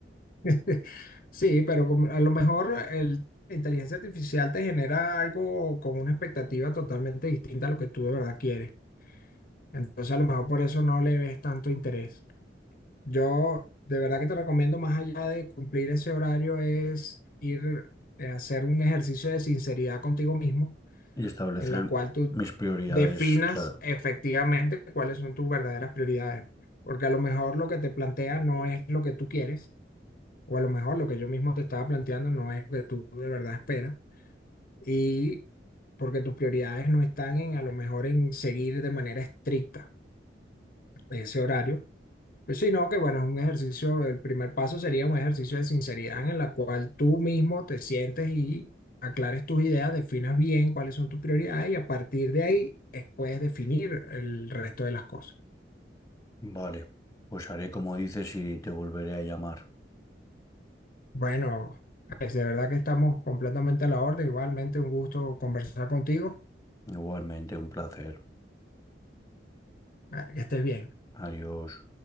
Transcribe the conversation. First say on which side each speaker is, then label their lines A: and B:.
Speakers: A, on the left; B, on the left.
A: <laughs> Sí, pero como- a lo mejor el, la inteligencia artificial te genera algo con una expectativa totalmente distinta a lo que tú de verdad quieres. Entonces a lo mejor por eso no le ves tanto interés. Yo de verdad que te recomiendo, más allá de cumplir ese horario, es ir eh, a hacer un ejercicio de sinceridad contigo mismo,
B: Y establecer
A: en la cual tú
B: mis prioridades,
A: definas
B: claro.
A: efectivamente cuáles son tus verdaderas prioridades. Porque a lo mejor lo que te plantea no es lo que tú quieres, o a lo mejor lo que yo mismo te estaba planteando no es lo que tú de verdad esperas, y porque tus prioridades no están en a lo mejor en seguir de manera estricta ese horario Pues sí, no, que bueno, es un ejercicio, el primer paso sería un ejercicio de sinceridad en la cual tú mismo te sientes y aclares tus ideas, definas bien cuáles son tus prioridades y a partir de ahí eh, puedes definir el resto de las cosas.
B: Vale, pues haré como dices y te volveré a llamar.
A: Bueno, es de verdad que estamos completamente a la orden, igualmente un gusto conversar contigo,
B: Igualmente, un placer.
A: Vale, que estés bien.
B: Adiós.